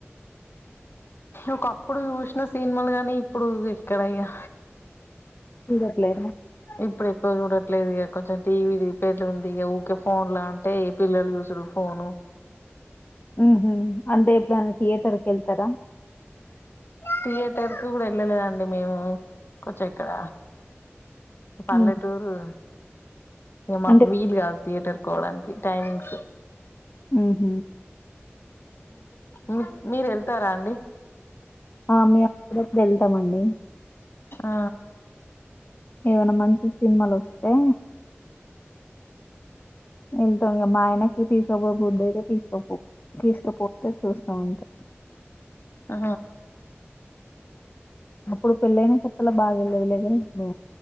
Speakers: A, on the left (about 55°); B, on the left (about 40°).
A: ఒకప్పుడు చూసిన సినిమాలు గానీ ఇప్పుడు ఎక్కడయ్యా
B: ఇట్లే
A: ఇప్పుడు ఎక్కువ చూడట్లేదు ఇక కొంచెం టీవీ రిపేర్ల ఉంది ఇక ఊకే ఫోన్ ల అంటే పిల్లలు చయూసు ఫోను
B: ఉ అంతే ఇప్పుడు నన్న థియేటర్కి వెళ్తారా
A: థియేటర్ కు కూడా వెళ్ళలేదండి మేము కొంచెం ఇక్కడ పల్లెటూరు
B: ఉ
A: మాకు
B: అంటే
A: వీలు కాదు థియేటర్ కోవడానికి టైమింగ్స్
B: అహ
A: మీ మీరు వెళ్తారా అండి
B: ఆ మ అక్కడకి వెళ్తామండి
A: ఆ
B: ఏమైనా మంచి సినిమాలు వస్తే వెళ్తాం ఇ మా ఆయనకి తీసుకోపో బుద్ధ అయితే తీసుకోపో తీసుకుపోతే చూస్తాంంటే <inaudible>
A: ఆ
B: అప్పుడు పెళ్ళయినా కొతల్లో బాగా వెళ్ళదు లే కని ఇప్పుడు